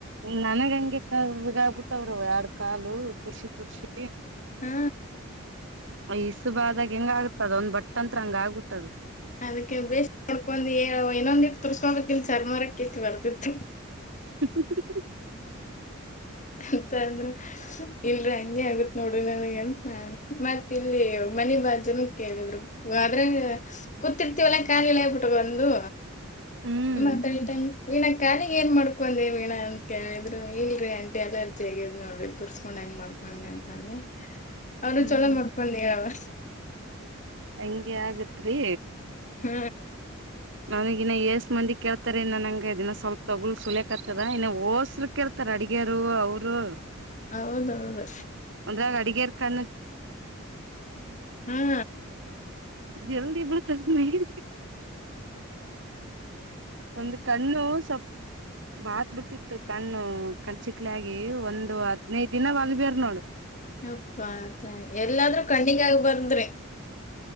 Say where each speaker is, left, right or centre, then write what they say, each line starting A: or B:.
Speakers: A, on the right (about 65°); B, on the left (about 40°).
A: ನನಗಂಗೆ ಕರ್ಗ್ ಆಗ್ತವ್ರಿ ಆವ್ ಕಾಲು ತುರ್ಷಿ ತುರ್ಸಿ.
B: ಹ್ಮ್
A: ಇಸು ಬ ಆದಾಗ ಹೆಂಗ ಆಗತದ ಒಂದ್ ಬಟ್ ತಂತ್ರ ಹಂಗ ಆಗ್ಬಿಟ್ಟದ.
B: ಅದಕ್ಕೆ ಬೇಸ್ ನೋಡ್ಕೊ ಹೆಳವ ಇನ್ನೊಂದಿಟ್ಟು ತುರ್ಸ್ಕೋಬೇಕಕ್ಲ್ ಚರ್ಮಾರ ಕೀತ್ ಬರ್ತಿತ್ತು.
A: <inaudible>
B: ಅಂತ ಅಂದ್ರ ಇಲ್ರಿ ಹಂಗೆ ಆಗತ್ ನೋಡ್ರಿ ನನಗ್ ಅಂತ್ ನಾನು ಮತ್ ಇಲ್ಲಿ ಮನಿ ಬಾಜುನು ಕೇಳಿದ್ರು ಆದ್ರೆ ಕೂತಿರ್ತಿವಲ್ಲಾ ಕಾಲ್ ಇಳೆ ಬಿಟ್ಕಂಡು.
A: ಹ್ಮ್
B: ಮಾತಾಡಿದ್ ವೀಣಾ ಕಾಲಿಗೆ ಏನ್ ಮಾಡ್ಕೊಂಡೆ ವೀಣಾ? ಕೇಳಿದ್ರು ಇಲ್ರಿ ಆಂಟಿ ಅಲರ್ಜಿ ಆಗೆದ್ ನೋಡ್ರಿ ತುರ್ಸ್ಕೊಂಡ್ ಹೆಂಗ್ ಮಾಡ್ಕೊಂಡ ಅಂತ ಅಂದೆ. ಅವರು
A: ಹ್ಮ್
B: ಚೊಲೋ ಮುಡ್ಕೊಂಡಿ ಹೇಳವ್ವ.
A: ಹಂಗೆ ಆಗತ್ರಿ
B: ಹ್ಮ್
A: ನನಗ್ ಇನ ಏಸ್ ಮಂದಿ ಕೇಳ್ತಾರೆ ನನಂಗ ಆಗ್ಯದ ಇನ್ ಸ್ವಲ್ಪ ತೋಗುಲ್ ಸುಳ್ಯ ಕತ್ತದ ಇನ ಹೋಸ್ರು ಕೇಳ್ತಾರ ಅಡಿಗ್ಯರು ಅವರು.
B: ಹೌದ ಹೌದು.
A: ಅಂದ್ರಾಗ ಅಡಿಗ್ಯರ ಕಣ್
B: ಹಾ
A: ಜಲ್ದಿ ಬೀಳ್ತದ ಮೈಗೆ ಒಂದು ಕಣ್ಣು ಸ್ವಲ್ ಬಾತ್ ಬಿಟ್ಟಿತ್ತು, ಕಣ್ಣು ಕಣ್ಚಿಕ್ಲಿ ಆಗಿ ಒಂದು ಹದ್ನೈದ ದಿನ ವಗ್ದರ ನೋಡಿ.
B: ಅಪ್ಪ ಆತ ಎಲ್ಲಾದ್ರೂ ಕಣ್ಣಿಗಾಗ ಬಂದ್ರಿ.